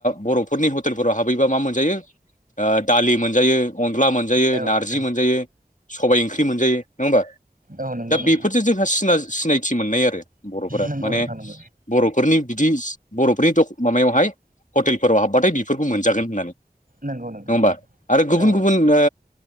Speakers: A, on the left; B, on the right.
A: बर'फोरनि हटेलफोराव हाबहैबा मा मोनायो दालि मोनजायो अनला मोन मोनजायो
B: औ
A: नारजि
B: नोंथां
A: मोनजायो सबबाय ओंख्रि मोनजायो नङा होमबा?
B: औ नंगौ
A: दा
B: नोंथां
A: बेफोरजों जोंहासिना सिनायथि मोननाय आरो बर'फोरा
B: नंगौ
A: माने
B: नोंथां नंगौ
A: बर'फोरनि बिदि बर'फोरनि द माबायावहाय हटेलफोराव हाबबाथाय बेफोरखौ मोनजागोन होननानै।
B: नंगौ नोंथां
A: नङाबा आरो गुबुन
B: औ
A: गुबुन ओ